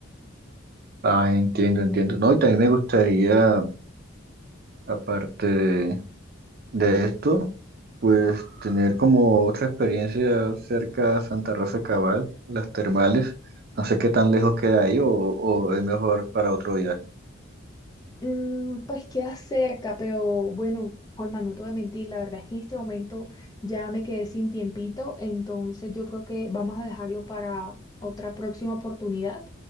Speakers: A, on the right; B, on the left.
A: Ah, entiendo, entiendo. No, y también me gustaría, aparte de, de esto, pues tener como otra experiencia cerca a Santa Rosa de Cabal, las termales. No sé qué tan lejos queda ahí o, o es mejor para otro viaje.
B: Mm, pues queda cerca, pero bueno, Holman, no te voy a mentir, la verdad es que en este momento ya me quedé sin tiempito, entonces yo creo que vamos a dejarlo para otra próxima oportunidad.